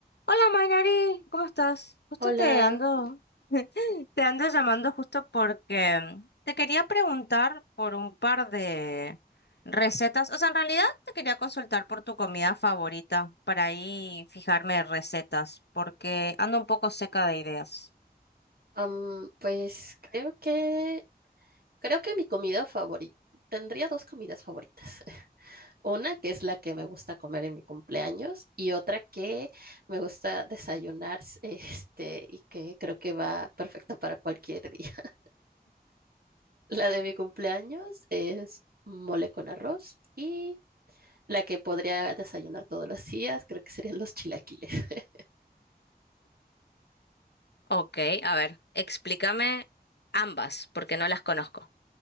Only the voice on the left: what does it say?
Hola Mainari, ¿cómo estás? Justo
te ando, <laughs> te ando llamando justo porque mm, te quería preguntar por un par de recetas. O sea, en realidad te quería consultar por tu comida favorita para ahí fijarme recetas, porque ando un poco seca de ideas.
Ok, a ver, explícame ambas, porque no las conozco.